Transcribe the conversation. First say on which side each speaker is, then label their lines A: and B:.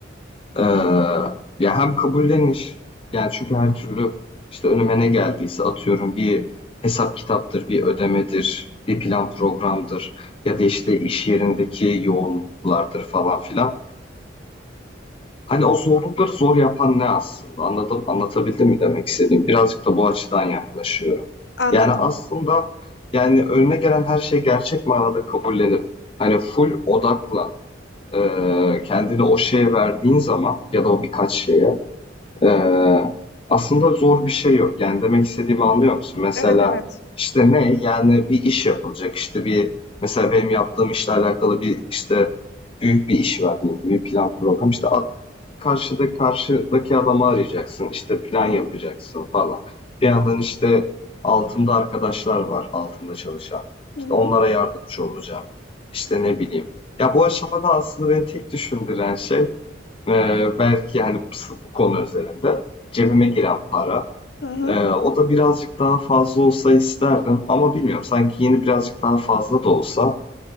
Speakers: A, on the left; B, on the left.
A: eee, ya, hem kabulleniş, yani, çünkü her türlü, işte, önüme ne geldiyse atıyorum bir hesap kitaptır, bir ödemedir, bir plan programdır ya da, işte, iş yerindeki yoğunluklardır falan filan. Hani o zorlukları zor yapan ne aslında? Anladım, anlatabildim mi demek istediğim Birazcık da bu açıdan yaklaşıyorum.
B: Anladım.
A: Yani aslında yani önüne gelen her şey gerçek manada kabullenip hani full odakla eee, kendini o şeye verdiğin zaman ya da o birkaç şeye eee, aslında zor bir şey yok. Yani demek istediğimi anlıyor musun? Mesela
B: Evet evet.
A: işte ne? Yani bir iş yapılacak işte bir mesela benim yaptığım işle alakalı bir işte büyük bir iş var diyelim ki bir plan program işte Karşıda karşıdaki adamı arayacaksın, işte plan
B: Hı hı.
A: yapacaksın falan. Bir yandan işte altımda arkadaşlar var, altımda çalışan.
B: Hı
A: İşte
B: hı.
A: onlara yardımcı olacağım. İşte ne bileyim. Ya bu aşamada aslında beni tek düşündüren şey e, belki yani bu bu konu özelinde cebime giren para.
B: Hı hı.
A: E, o da birazcık daha fazla olsa isterdim ama bilmiyorum sanki yeni birazcık daha fazla da olsa